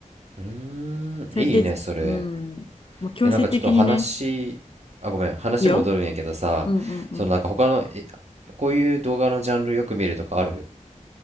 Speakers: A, on the right (about 55°); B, on the left (about 40°).
A: うーん、
B: そうやってうんもう強制的にね
A: いいね、それ。え、なんかちょっと話、あ、ごめん、話戻るんやけどさ、
B: いいようんうんうん
A: そのなんか他の、え、こういう動画のジャンルよく見るとかある